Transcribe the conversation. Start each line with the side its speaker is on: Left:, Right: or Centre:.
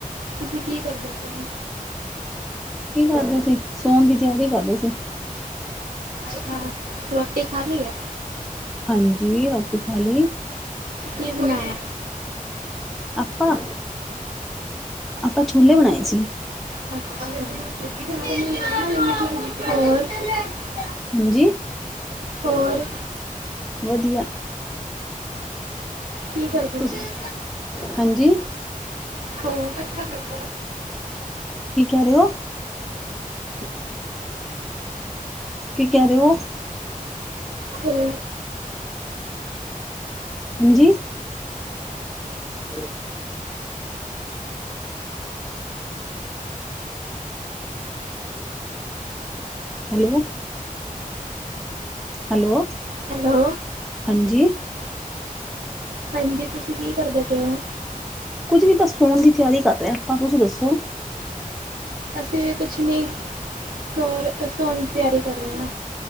Right: ਤੁਸੀਂ ਕੀ ਕਰਦੇ? ਪਏ ਹੋ
Centre: ਕੀ ਕਰਦੇ ਸੀ, ਸੋਣ ਦੀ ਤਿਆਰੀ ਕਰਦੇ ਸੀ।
Right: ਅੱਛਾ ਰੋਟੀ ਖਾਲੀ ਐ?
Centre: ਹਾਂਜੀ, ਰੋਟੀ ਖਾਲੀ।
Right: ਕੀ ਬੁਨਾਇਆ?
Centre: ਆਪਾਂ, ਆਪਾਂ ਛੋਲੇ ਬਣਾਏ ਸੀ।
Right: <unintelligible> ਹੋਰ
Centre: ਹਾਂਜੀ,
Right: ਹੋਰ
Centre: ਵਧੀਆ।
Right: ਕੀ ਕਰਦੇ
Centre: ਤੁਸ,
Right: ਪਏ
Centre: ਹਾਂਜੀ
Right: <unintelligible>
Centre: ਕੀ ਕੈ ਰੇ ਓ? ਕੀ ਕੈ-ਰੇ-ਓ?
Right: ਹਮ।
Centre: ਹਾਂਜੀ। ਹੈਲੋ <inaudible> ਹੈਲੋ ਹੈਲੋ
Right: ਹੈਲੋ
Centre: ਹਾਂਜੀ।
Right: ਹਾਂਜੀ। ਤੁਸੀਂ ਕੀ ਕਰਦੇ ਪਏ ਹੋ?
Centre: ਕੁੱਝ ਨੀ ਬਸ ਸੋਣ ਦੀ ਤਿਆਰੀ ਕਰ ਰਿਹਾ ਆਪਾਂ ਤੁਸੀਂ ਦੱਸੋ?
Right: ਅਸੀਂ ਵੀ ਕੁਛ ਨਹੀਂ, ਔਰ ਸੌਰ ਸੌਉਣ ਦੀ ਤਿਆਰੀ ਕਰ ਰਹੇ ਹਾਂ।